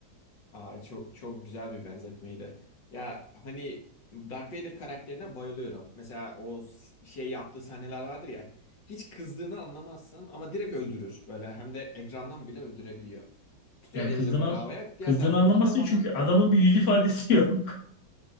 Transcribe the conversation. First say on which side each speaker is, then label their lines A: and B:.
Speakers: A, on the left; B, on the left.
A: Aa, çok çok güzel bir benzetmeydi. Ya hani Darth Vader karakterine bayılıyorum. Mesela o s- şey yaptığı sahneler vardır ya. Hiç kızdığını anlamazsın ama direkt öldürür. Böyle hem de ekrandan bile öldürebiliyor. Tutuyor
B: Yani
A: elini
B: kızdığını
A: böyle havaya. Diğer
B: kızdığını
A: taraf
B: anlamasın
A: hatta bazen
B: çünkü
A: tutmuyor
B: adamın
A: bile.
B: bir yüz ifadesi yok.